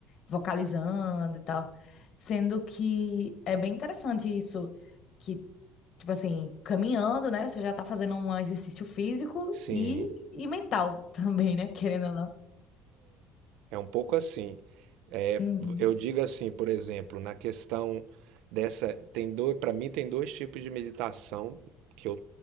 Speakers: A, on the left; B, on the right.
A: vocalizando e tal. Sendo que é bem interessante isso, que Tipo assim, caminhando, né? Você já tá fazendo um exercício físico
B: sim.
A: e, e mental <laughs> também, né? Querendo ou não.
B: É um pouco assim. É,
A: Uhum,
B: eu digo assim, por exemplo, na questão dessa, tem dois, para mim tem dois tipos de meditação que eu